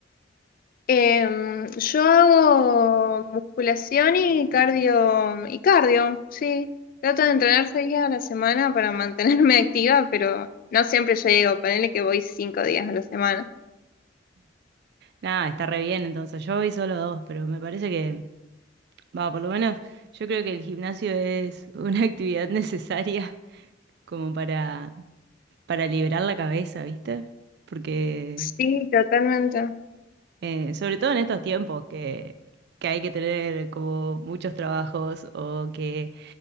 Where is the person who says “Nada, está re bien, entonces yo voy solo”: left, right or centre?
Right